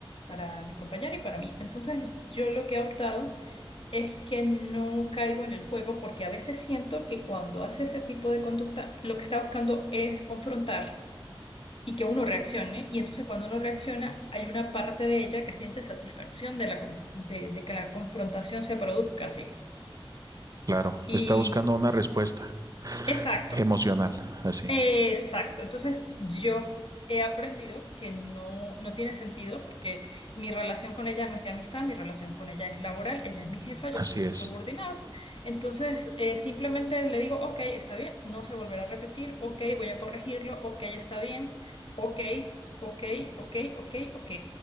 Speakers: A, on the left; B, on the right.
A: para mi compañera y para mí. Entonces, yo lo que he optado es que no caigo en el juego porque a veces siento que cuando hace ese tipo de conducta, lo que está buscando es confrontar y que uno reaccione. Y entonces cuando uno reacciona, hay una parte de ella que siente satisfacción de, la, con- de, de que la confrontación se produzca, ¿sí?
B: Claro,
A: Y
B: está buscando una respuesta
A: exacto,
B: emocional, así,
A: Exacto. Entonces, yo he aprendido que no, no tiene sentido porque mi relación con ella no es de amistad, mi relación con ella es laboral, ella es mi jefa,
B: así
A: yo soy su
B: es.
A: subordinada. Entonces, eh, simplemente le digo, ok, está bien, no se volverá a repetir, ok, voy a corregirlo, ok, está bien, ok, ok, ok, ok, ok.